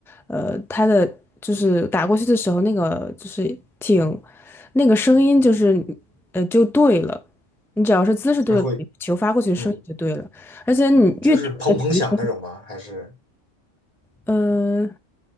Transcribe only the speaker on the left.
是会
嗯，
就是砰砰响那种吗？
还是？